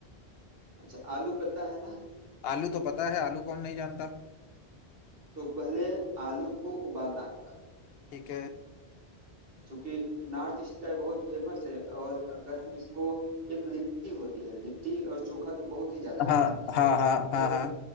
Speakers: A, on the right; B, on the left.
A: अच्छा आलू पता है ना
B: आलू तो पता है आलू कौन नहीं जानता
A: तो पहले आलू को उबालना होगा
B: ठीक है
A: चूंकि नॉर्थ ईस्ट का ये बहुत फेमस है और अगर हम इसको एक लिट्टी होती है लिट्टी और चोखा तो बहुत ही ज्यादा
B: हाँ
A: फेमस
B: हाँ
A: है तो
B: हाँ हाँ हाँ